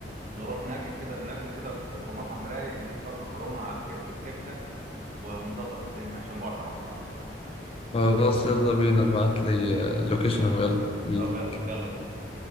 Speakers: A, on the right (about 45°); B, on the left (about 35°).
A: نروح ناكل كده ناكل كده في في مطعم رايق نجيب شويه مكرونه على الكب بالكبده و- ونظبط الدنيا عشان جوعت انا بصراحه
B: خلاص يلا بينا ابعت لي لوكيشن ويلا
A: طب يلا يلا بينا